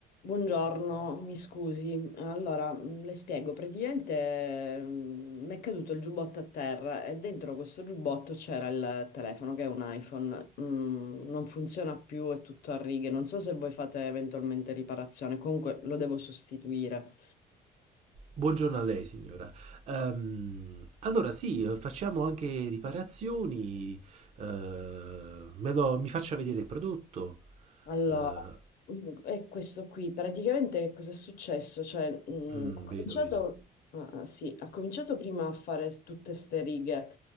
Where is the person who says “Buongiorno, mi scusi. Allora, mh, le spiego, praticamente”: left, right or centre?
Left